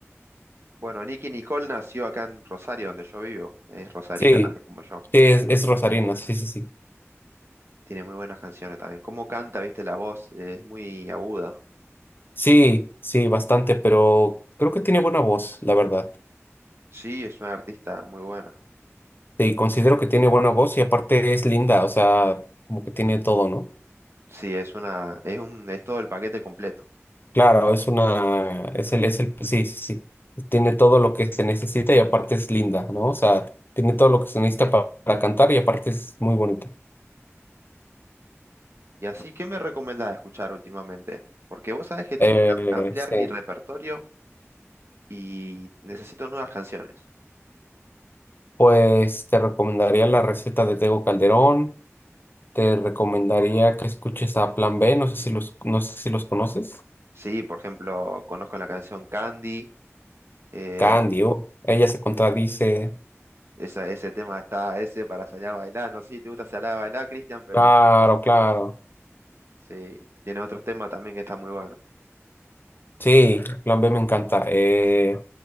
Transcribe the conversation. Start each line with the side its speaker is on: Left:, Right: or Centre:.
Right: Bueno, Nicki Nicole nació acá en Rosario, donde yo vivo. Es rosarina
Left: Sí,
Right: también, como yo.
Left: sí, es, es Rosarina, sí, sí, sí.
Right: Tiene muy buenas canciones también. Cómo canta, viste, la voz, eh, es muy aguda.
Left: Sí, sí, bastante, pero creo que tiene buena voz, la verdad.
Right: Sí, es una artista muy buena.
Left: Sí, considero que tiene buena voz y aparte es linda, o sea, como que tiene todo, ¿no?
Right: Sí, es una, es un, es todo el paquete completo.
Left: Claro, es una, es el, es el, sí, sí, sí, tiene todo lo que se necesita y aparte es linda, ¿no? O sea, tiene todo lo que se necesita pa- para, cantar y aparte es muy bonita.
Right: Y así, ¿qué me recomendás escuchar últimamente? Porque vos sabés que tengo
Left: Eh,
Right: que am- ampliar
Left: sí,
Right: mi repertorio y necesito nuevas canciones.
Left: pues te recomendaría la receta de Tego Calderón, te recomendaría que escuches a Plan B, no sé si los, no sé si los conoces.
Right: Sí, por ejemplo, conozco la canción Candy. eh,
Left: Candio, ella se contradice.
Right: esa, ese tema está, ese para salir a bailar. No sé si te gusta salir a bailar, Cristian, pero
Left: Claro, claro.
Right: Sí, tiene otros temas también que están muy buenos.
Left: Sí, Plan B me encanta. Eh,